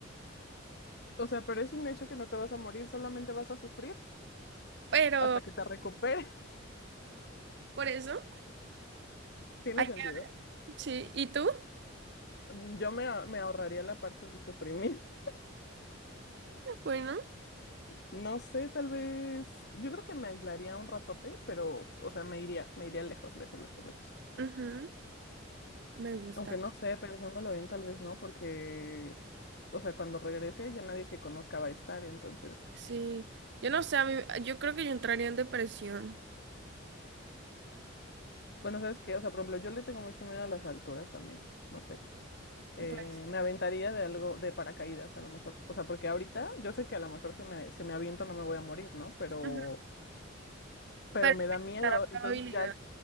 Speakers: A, on the left; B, on the right.
A: O sea, pero es un hecho que no te vas a morir, solamente vas a sufrir.
B: Pero
A: hasta que te recuperes.
B: por eso,
A: <laughs> Tiene
B: ay,
A: sentido.
B: sí, ¿y tú?
A: Mm, Yo me, a- me ahorraría la parte del sufrimiento. <laughs>
B: Bueno,
A: No sé, tal vez. Yo creo que me aislaría un ratote, pero, o sea, me iría, me iría lejos, lejos, lejos, lejos.
B: ujú, me gusta.
A: Aunque no sé, pensándolo bien, tal vez no, porque, o sea, cuando regrese ya nadie que conozca va a estar, entonces.
B: Sí, yo no sé, a mí, yo creo que yo entraría en depresión.
A: Bueno, ¿sabes qué? O sea, por ejemplo, yo le tengo mucho miedo a las alturas también, no sé. Eh,
B: Pues,
A: me aventaría de algo de paracaídas a lo mejor. O sea, porque ahorita yo sé que a lo mejor si me, si me aviento no me voy a morir, ¿no? Pero
B: Ujú.
A: pero
B: pero
A: me da miedo,
B: está la
A: entonces
B: probabilidad.
A: ya,